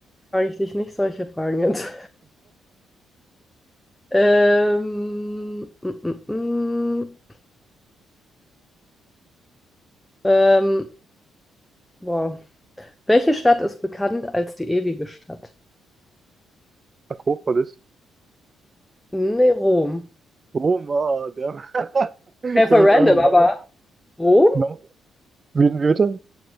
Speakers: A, in the centre; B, on the right.
A: Frage ich dich nicht solche Fragen jetzt. Ähm, mm, mm, mm. ähm, boah. Welche Stadt ist bekannt als die ewige Stadt?
B: Akropolis.
A: Nee, Rom.
B: Roma, der. <laughs> Ich
A: Hey, voll
B: habe
A: random,
B: jetzt einfach
A: aber
B: mal.
A: Rom?
B: Na, Wie, wie bitte?